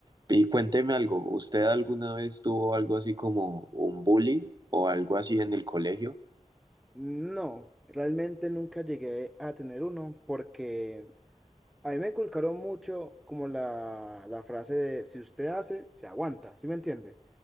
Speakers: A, on the right; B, in the centre.
A: Y cuénteme algo, ¿usted alguna vez tuvo algo así como un bully o algo así en el colegio?
B: No, realmente nunca llegué a tener uno porque... A mí me inculcaron mucho como la, la frase de si usted hace, se aguanta, ¿sí me entiende?